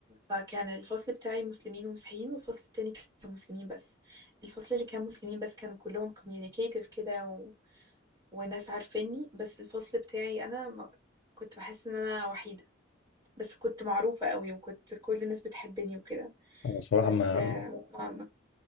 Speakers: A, on the right; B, on the left.
A: فكان الفصل بتاعي مسلمين ومسيحيين والفصل التاني كان مسلمين بس الفصل اللي كان مسلمين بس كانوا كلهم communicative كده وناس عارفيني بس الفصل بتاعي انا ما كنت بحس ان انا وحيدة بس كنت معروفة قوي وكنت كل الناس بتحبني وكده
B: انا الصراحه
A: بس
B: ما
A: آه، ما ما